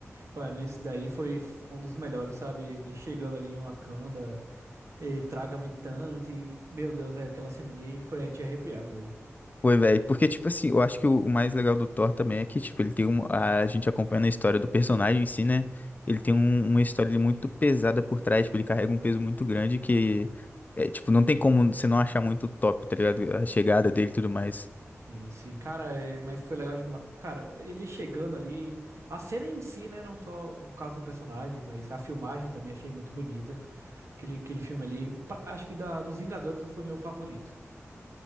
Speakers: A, on the right; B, on the left.
A: Olha, nesse daí foi, foi um dos melhores, sabe? Ele chegando ali em Wakanda, E traga-me Thanos e, meu Deus, é, aquela cena ali foi é de arrepiar mesmo.
B: Foi, velho. Porque, tipo assim, eu acho que o o mais legal do Thor também é que, tipo, ele tem um, a gente acompanha a história do personagem em si, né? Ele tem um- uma história muito pesada por trás, tipo, ele carrega um peso muito grande que, é, tipo, não tem como você não achar muito top, tá ligado? A chegada dele e tudo mais.
A: Sim, sim, cara, é, mas foi legal demais. Cara, ele chegando ali, a cena em si, né, não só do caso do personagem, mas a filmagem também achei muito bonita. Aquele, aquele filme ali, pra- acho que da, dos Vingadores foi meu favorito.